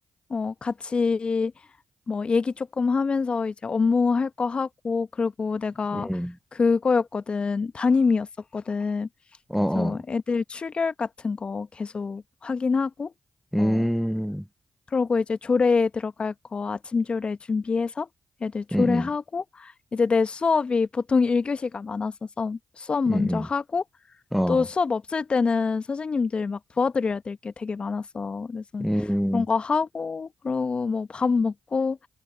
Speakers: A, on the left; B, in the centre.
A: 어, 같이 뭐 얘기 조금 하면서 이제 업무 할 거 하고 그리고 내가
B: 음, 음,
A: 그거였거든. 담임이었었거든.
B: 어,
A: 그래서
B: 어,
A: 애들 출결 같은 거 계속 확인하고
B: 음,
A: 어, 그러고 이제 조례에 들어갈 거 아침 조례 준비해서 애들 조례하고
B: 음, 음,
A: 이제 내 수업이 보통 1교시가 많았어서 수업 먼저
B: 음, 음.
A: 하고
B: 어.
A: 또 수업 없을 때는 선생님들 막 도와드려야 될 게 되게 많았어. 그래서
B: 음,
A: 그런 거 하고 그러고 뭐 밥 먹고